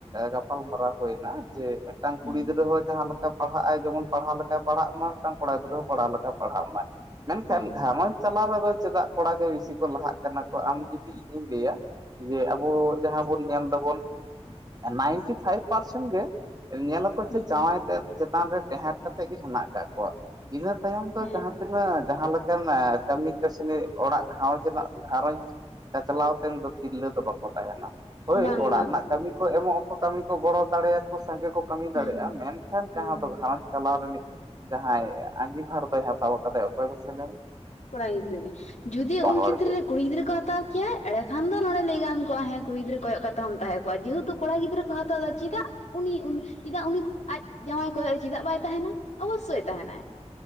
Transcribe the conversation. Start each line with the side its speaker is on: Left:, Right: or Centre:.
Right: ᱜᱟᱯᱟᱞᱢᱟᱨᱟᱣ ᱦᱩᱭᱱᱟ ᱡᱮ ᱢᱤᱫᱴᱟᱝ ᱠᱩᱲᱤ
Left: ᱦᱩᱸ
Right: ᱜᱤᱫᱽᱨᱟᱹ ᱦᱚᱸ ᱡᱟᱦᱟᱸ ᱞᱮᱠᱟ ᱞᱮᱠᱟ ᱯᱟᱲᱦᱟᱜ ᱟᱭ ᱡᱮᱢᱚᱱ ᱯᱟᱲᱦᱟᱣ ᱞᱮᱠᱟᱭ ᱯᱟᱲᱦᱟᱜᱼ ᱢᱟ ᱢᱤᱫᱴᱟᱝ ᱠᱚᱲᱟ ᱜᱤᱫᱽᱨᱟᱹ ᱦᱚᱸ ᱯᱟᱲᱦᱟᱣ ᱞᱮᱠᱟᱭ ᱯᱟᱲᱦᱟᱜᱢᱟᱭ ᱢᱮᱱᱠᱷᱟᱱ
Left: ᱦᱩᱸ
Right: ᱜᱷᱟᱨᱚᱸᱡᱽ ᱪᱟᱞᱟᱣ ᱨᱮᱫᱚ ᱪᱮᱫᱟᱜ ᱠᱚᱲᱟ ᱜᱮ ᱵᱤᱥᱤ ᱠᱚ ᱞᱟᱦᱟᱜ ᱠᱟᱱᱟ ᱠᱚ ᱟᱢ ᱡᱩᱫᱤ ᱤᱧᱤᱧ ᱞᱟᱹᱭᱟ ᱡᱮ ᱟᱵᱚ ᱡᱟᱦᱟᱸ ᱵᱚᱱ ᱧᱮᱞ ᱫᱫᱟᱵᱚᱱ ᱱᱟᱭᱤᱱᱴᱤ ᱯᱷᱟᱭᱤᱵᱷ ᱯᱟᱨᱥᱮᱱᱴ ᱜᱮ ᱧᱮᱞ
Left: ᱦᱩᱸ
Right: ᱡᱟᱶᱟᱭ ᱛᱮ ᱪᱮᱛᱟᱱ ᱨᱮ ᱴᱮᱦᱰ ᱠᱟᱛᱮ ᱜᱮ ᱦᱮᱱᱟᱜ ᱟᱠᱟᱫ ᱠᱚᱣᱟ ᱤᱱᱟᱹ ᱛᱟᱭᱚᱢ ᱫᱚ
Left: ᱦᱮᱸ
Right: ᱡᱟᱦᱟᱸ ᱛᱤᱱᱟᱹᱜ ᱡᱟᱦᱟᱸᱠᱟᱱ ᱠᱟᱹᱢᱤ ᱠᱟᱹᱥᱱᱤ ᱚᱲᱟᱜ ᱜᱷᱟᱨᱚᱸᱡᱽ ᱨᱮᱱᱟᱜ ᱜᱷᱟᱨᱚᱸᱡᱽ ᱪᱟᱪᱞᱟᱣ ᱛᱮ ᱫᱚ ᱛᱤᱨᱞᱟᱹ ᱫᱚ ᱵᱟᱠᱚ ᱛᱟᱦᱮᱱᱟ ᱦᱳᱭ
Left: ᱵᱟᱝ
Right: ᱚᱲᱟᱜ
Left: ᱵᱟᱝ
Right: ᱨᱮᱱᱟᱜ ᱠᱟᱹᱢᱤ ᱠᱚ ᱮᱢᱚᱜ ᱟᱠᱚ ᱠᱟᱹᱢᱤ ᱠᱚ ᱜᱚᱲᱚ ᱫᱟᱲᱮᱭᱟᱠᱚ ᱥᱟᱸᱜᱮ ᱠᱚ ᱠᱟᱹᱢᱤ ᱫᱟᱲᱮᱭᱟᱜᱼᱟ
Left: ᱦᱩᱸ
Right: ᱢᱮᱱᱟᱱ ᱮᱠᱷᱟᱱ ᱡᱟᱦᱟᱸ
Left: ᱦᱩᱸ
Right: ᱫᱚ ᱜᱷᱟᱨᱚᱸᱡᱽ ᱪᱟᱞᱟᱣ ᱨᱤᱱᱤᱡ ᱡᱟᱦᱟᱸᱭ ᱟᱸᱜᱤᱵᱷᱟᱨ ᱫᱚᱭ ᱦᱟᱛᱟᱣ ᱟᱠᱟᱫᱟᱭ ᱚᱠᱚᱭ ᱯᱥᱮ ᱞᱮᱟᱹᱭᱱᱟ
Left: ᱠᱚᱲᱟ ᱜᱤᱫᱽᱨᱟᱹ ᱜᱮ ᱡᱩᱚᱫᱤ ᱩᱱ
Right: ᱦᱚᱲ
Left: ᱠᱷᱮᱛᱨᱮ
Right: ᱜᱮ
Left: ᱨᱮ ᱠᱩᱲᱤ ᱜᱤᱫᱽᱨᱟᱹ ᱠᱚ ᱦᱟᱛᱟᱣ ᱠᱮᱭᱟ ᱮᱸᱰᱮ ᱠᱷᱟᱱ ᱫᱚ ᱱᱚᱸᱰᱮ ᱞᱟᱹᱭ ᱜᱟᱱ ᱠᱚᱜ ᱦᱮᱸ ᱠᱩᱲᱤ ᱜᱤᱫᱽᱨᱟᱹ ᱠᱚᱭᱚᱜ ᱠᱟᱛᱮ ᱦᱚᱸᱢ ᱛᱟᱦᱮᱸ ᱠᱚᱜᱼᱟ ᱡᱮᱦᱮᱛᱩ ᱠᱚᱲᱟ ᱜᱤᱫᱽᱨᱟᱹ ᱠᱚ ᱦᱟᱛᱟᱣ ᱮᱟ ᱪᱮᱫᱟᱜ ᱩᱱᱤ ᱪᱮᱫᱟᱜ ᱩᱱᱤ ᱟᱡ ᱡᱟᱶᱟᱭ ᱠᱚᱭᱚᱜ ᱪᱮᱫᱟᱜ ᱵᱟᱭ ᱛᱟᱦᱮᱱᱟ ᱚᱵᱚᱥᱥᱳᱭ ᱛᱟᱦᱮᱱᱟᱭ